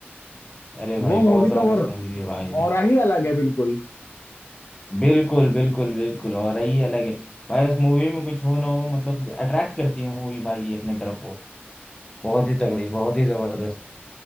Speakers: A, on the left (about 20°); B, on the left (about 80°).
A: अरे भाई
B: वो मूवी
A: बहुत जबरदस्त
B: का वो
A: मूवी है भाई
B: ऑरा ही अलग है बिल्कुल
A: बिल्कुल बिल्कुल बिल्कुल और यही अलग है भाई इस मूवी में कुछ हो ना हो मतलब अट्रैक्ट करती है मूवी भाई अपने तरफ को बहुत ही तगड़ी बहुत ही जबरदस्त